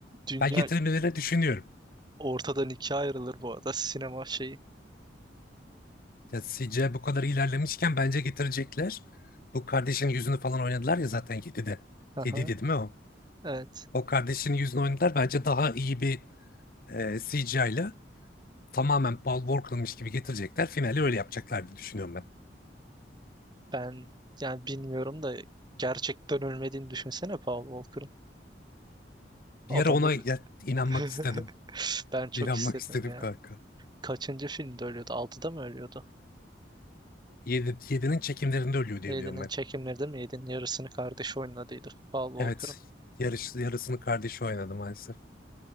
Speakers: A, on the right; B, on the left.
A: Dünya
B: Ben getirmelerini düşünüyorum.
A: Ortadan ikiye ayrılır bu arada <laughs> sinema şeyi.
B: Ya CGI bu kadar ilerlemişken bence getirecekler. Bu kardeşin yüzünü falan oynadılar ya zaten 7'de.
A: Aha,
B: 7'de değil mi o?
A: evet.
B: O kardeşin yüzünü oynadılar. Bence daha iyi bir e, CGI ile tamamen Paul Walker'mış gibi getirecekler. Finali öyle yapacaklar diye düşünüyorum ben.
A: Ben yani bilmiyorum da gerçekten ölmediğini düşünsene Paul Walker'ın. Adamı
B: Bir ara ona ya- inanmak
A: <laughs>
B: istedim.
A: ben çok
B: İnanmak
A: istedim
B: istedim
A: ya.
B: kanka.
A: Kaçıncı filmde ölüyordu? Altıda mı ölüyordu?
B: 7, 7'nin çekimlerinde ölüyor diye
A: Yedi'nin
B: biliyorum ben.
A: çekimleri de mi? Yedi'nin yarısını kardeşi oynadıydı Paul
B: Evet.
A: Walker'ın.
B: Yarış, yarısını kardeşi oynadı maalesef.